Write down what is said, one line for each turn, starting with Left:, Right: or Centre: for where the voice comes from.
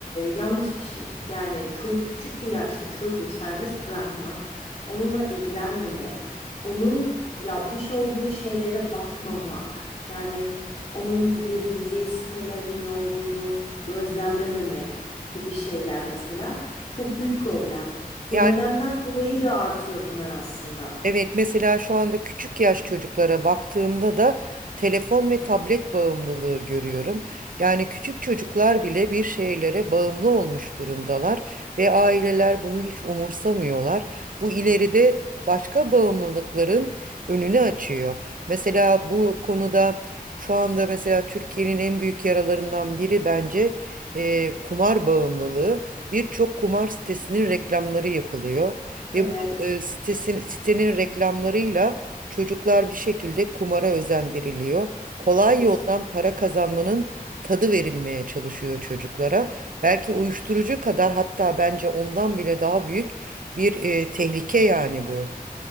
Left: yanlış bir şey. Yani ço- küçük bir yaşta çocuğu serbest bırakmak, onunla ilgilenmemek, onun yapmış olduğu şeylere bakmamak, yani onun girebileceği sitelerin ne olduğunu gözlemlememek gibi şeyler mesela çok büyük problem. Bu
Right: Yani
Left: nedenden dolayı da artıyor bunlar aslında.
Right: Evet, mesela şu anda küçük yaş çocuklara baktığımda da telefon ve tablet bağımlılığı görüyorum. Yani küçük çocuklar bile bir şeylere bağımlı olmuş durumdalar ve aileler bunu hiç umursamıyorlar. Bu ileride başka bağımlılıkların önünü açıyor. Mesela bu konuda şu anda mesela Türkiye'nin en büyük yaralarından biri bence eee, kumar bağımlılığı. Birçok kumar sitesinin reklamları yapılıyor. ve
Left: Evet,
Right: e, sitesin, sitenin reklamlarıyla çocuklar bir şekilde kumara özendiriliyor. Kolay
Left: kes-
Right: yoldan para kazanmanın tadı verilmeye çalışıyor çocuklara. Belki uyuşturucu kadar hatta bence ondan bile daha büyük bir e, tehlike yani bu.